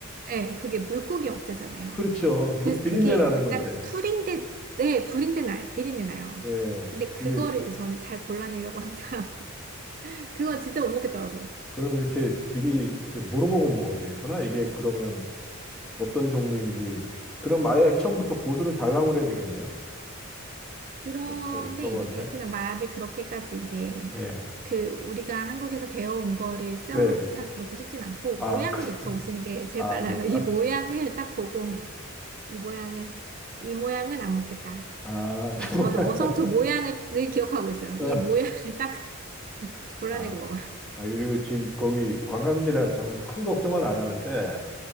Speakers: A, on the right; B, in the centre.
A: 네, 그게 물고기 어짜잖아요.
B: 그렇죠.
A: 그래서
B: 물 비린내
A: 그게
B: 나는
A: 약간
B: 건데.
A: 풀인데 네, 불인데 나 비린내 나요.
B: 예.
A: 근데 그거를
B: 그게,
A: 이제 저는 잘 골라내려고 항상 <laughs> 그거 진짜 못 먹겠더라고요.
B: 그럼 이렇게 미리 이렇게 물어보고 먹어야 되겠구나. 이게 그러면 어떤 종류인지. 그럼 아예 처음부터 고수를 달라고 그래야 되겠네요.
A: 그런데
B: 그, 저기 서버한테.
A: 이제 베트남 말을 그렇게까지 이제
B: 예.
A: 그 우리가 한국에서 배워온 거를 써먹기가
B: 네, 네.
A: 그렇게 쉽진 않고
B: 아,
A: 모양을
B: 그,
A: 익혀 오시는 게 제일
B: 아,
A: 빨라요.
B: 뭐야?
A: 이 모양을
B: 아,
A: 딱 보고
B: 예.
A: 이 모양을 이 모양은 안 먹겠다.
B: 아,
A: 그래서
B: <laughs>
A: 저도
B: 뭐야.
A: 어성초
B: 뭐,
A: 모양을
B: 그,
A: 늘 기억하고 있어요.
B: 어,
A: 이 모양을 딱 <laughs> 골라내고
B: 아,
A: 먹어요.
B: 아, 그리고 지금 거기 관광지라 저는 큰 걱정은 안 하는데,